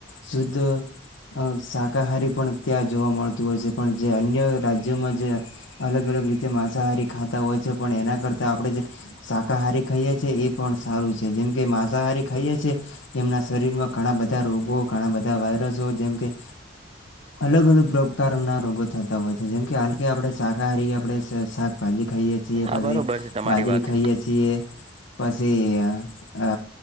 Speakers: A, on the left (about 70°); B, on the right (about 30°).
A: શુદ્ધ અ શાકાહારી પણ ત્યાં જોવા મળતું હોય છે પણ જે અન્ય રાજ જ્યમાં જેમાં જે અલગ અલગ રીતે માંસાહારી ખાતા હોય છે પણ એના કરતા આપડે જે શાકાહારી ખાઈએ છે એ પણ સારું છે જેમકે માંસાહારી ખાઈએ છે એમના શરીરમાં ઘણા બધા રોગો, ઘણા બધા વાયરસો જેમ કે અલગ અલગ પ્રકારના રોગો થતા હોય છે જેમ કે હાલ કે આપડે શાકાહારી આપડે શા ભાજી ખાઈએે છીએ,
B: હા
A: પછી
B: બરોબર છે તમારી
A: બાજરી
B: વાત
A: ખાઈએે છીએ પછી અ